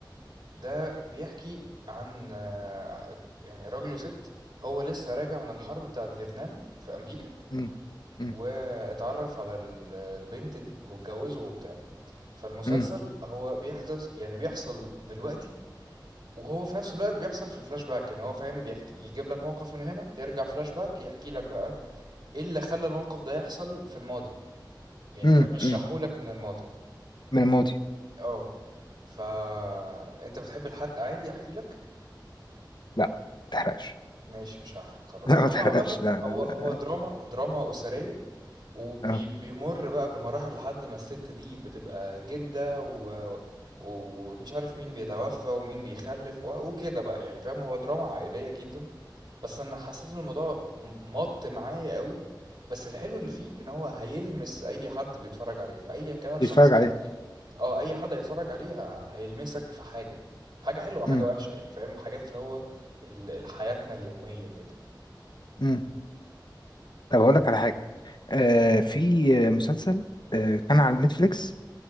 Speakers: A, on the right (about 75°); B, on the left (about 65°).
A: ده بيحكي عن آه، يعني راجل وست هو لسه راجع من الحرب بتاعت فيتنام في امريكا
B: امم امم
A: واتعرف على ال- البنت دي واتجوزه وبتاع فالمسلسل
B: امم
A: هو بيحدث يعني بيحصل دلوقتي وهو في نفس الوقت بيحصل في الفلاش باك يعني هو فاهم بيحكي يجيب لك موقف من هنا يرجع فلاش باك يحكي لك بقى ايه اللي خلى الموقف ده يحصل في الماضي يعني
B: امم
A: فاهم يشرحه
B: أمم.
A: لك من الماضي
B: من الماضي
A: اه فا انت بتحب الحرق عادي احكي لك
B: لا ما تحرقش
A: ماشي مش هحرق خلاص
B: <laughs> لا
A: هو
B: ما تحرقش
A: عامة
B: لا
A: هو
B: لا لا
A: هو
B: لا
A: دراما دراما أسرية وبيمر
B: اه
A: بقى بمراحل لحد ما الست دي بتبقى جدة و... ومش عارف مين بيتوفى ومين بيخلف و... وكده بقى يعني فاهم هو دراما عائلية جدا بس أنا حسيت إن الموضوع م- مط معايا قوي بس الحلو اللي فيه إن هو هيلمس أي حد بيتفرج عليه أيا كانت
B: بيتفرج
A: شخصيتك
B: عليه
A: إيه اه أي حد هيتفرج عليه ه- هيلمسك في حاجة حاجة حلوة وحاجة
B: امم
A: وحشة يعني فاهم حاجات اللي هو ال- لحياتنا اليومية كده
B: امم طب هقول لك على حاجة أه في آه، مسلسل أه كان على نتفليكس